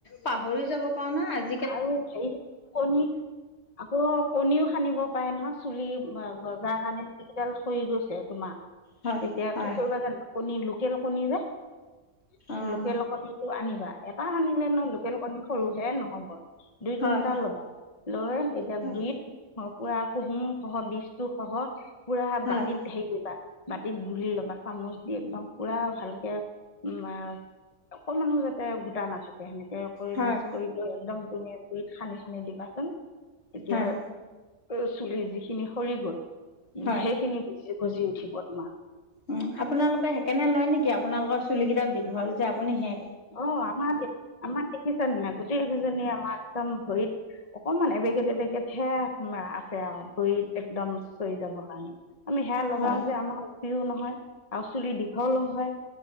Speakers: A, on the left; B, on the left.
A: পাহৰি যাব পাৰো না আজ
B: আৰু হেৰি কণী আকৌ কণীও সানিব পাৰে নহয় চ যি গজাৰ কাৰণে যিকিডাল সৰি গৈছে তোমা
A: হয়
B: তেতিয়া
A: হয়
B: কি কৰিবা জানো আপোনি লু লোকেলকনি নে <unintelligible>
A: অঁ
B: লোকেল কণি টো আনিবা এটা আনিলে নো লোকেল কণী সৰুহে নহ'ব <unintelligible> দুই
A: হয়
B: তিনটা লবা লয় এতিয়া
A: হয়
B: বিত অ পুৰা কোহোম সহ বিজটো সহ <unintelligible> পুৰা
A: হয়
B: বাতিত হেৰি কৰিবা বাতিত গুলি ল'বা চামুচ দি একদম পুৰা ভালকে উ অকণমানো যাতে গোটা নাথাকে <unintelligible> সেনেকে কৈ
A: হয়
B: মিক্স কৰি লৈ একদম <unintelligible> তুমিয়ে গুৰিত খানি খানি দিবাচোন এতিয়া
A: হয়
B: অ চুলি যিখিনি সৰি গল উ
A: হয়
B: সেইখিনি গজি উঠিব তোমাৰ
A: উ আপোনালোকে সেইকাৰনে লয় নেকি আপোনালোকৰ চুলি কেইডাল দীঘল যে আপুনি হে
B: অ আমাৰ দে আমাৰ দেখিছে নে নাই গোটেই কেইজনী আমাৰ একদম ভৰিত অকমান এবেগেত এবেগেতহে আছে আৰু ভৰিত একদম চৰি যাবৰ কাৰণে। আমি সেয়া লগাও
A: হয়।
B: যে আমাৰ উফিও নহয় আৰু চুলি দীঘলও হয়।